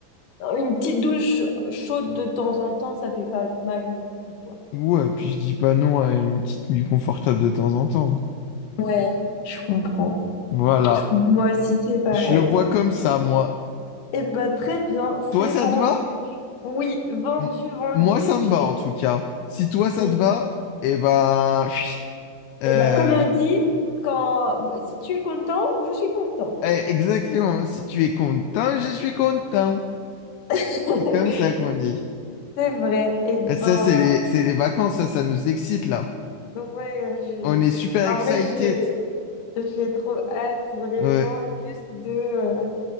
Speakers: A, on the left; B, on the left.
A: Une petite douche chaude de temps en temps, ça fait pas mal non plus, quoi.
B: Ouais, puis je dis pas non à une petite nuit confortable de temps en temps. hein.
A: ouais, je comprends.
B: Voilà.
A: Moi aussi, c'est pareil.
B: Je le vois comme ça, moi.
A: Eh ben, très bien,
B: Toi,
A: c'est
B: ça
A: vendu.
B: te va?
A: Oui, vendu,
B: M-
A: vendu.
B: moi, ça me
A: J'ai,
B: va, en tout cas. Si toi, ça
A: j'ai...
B: te va, eh ben... <sniffs> chut. Euh,
A: Eh ben, comme on dit, quand... si tu es content, je suis contente.
B: eh, exactement. Si tu es content, je suis content.
A: <laughs>
B: C'est comme ça qu'on dit.
A: C'est vrai. Et bah,
B: Et ça, c'est les, c'est les vacances, ça, ça nous excite, là.
A: ouais, je...
B: On est super
A: en
B: excited.
A: vrai, j'ai j'ai trop hâte vraiment
B: Ouais,
A: juste de euh,